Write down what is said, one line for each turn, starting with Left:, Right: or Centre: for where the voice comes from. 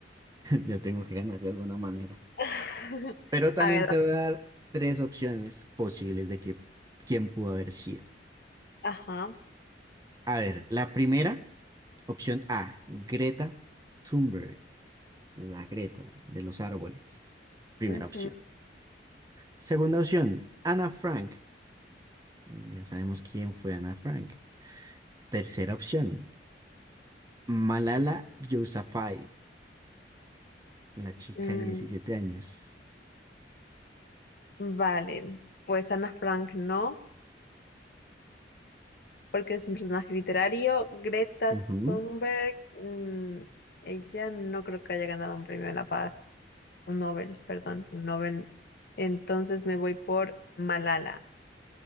Right: Yo tengo que ganar de alguna manera.
Left: <laughs>
Right: Pero también
Left: A ver,
Right: te voy a dar tres opciones posibles de que, quién pudo haber sido.
Left: ajá.
Right: A ver, la primera, opción A, Greta Thunberg, la Greta de los árboles. Primera
Left: ujú,
Right: opción. Segunda opción, Ana Frank. Ya sabemos quién fue Ana Frank. Tercera opción, Malala Yousafzai, la chica
Left: mm,
Right: de 17 años.
Left: vale, pues Ana Frank no, porque es un personaje literario. Greta
Right: Ujú.
Left: Thunberg, mm, ella no creo que haya ganado un premio de la paz, un Nobel, perdón, un Nobel. Entonces me voy por Malala.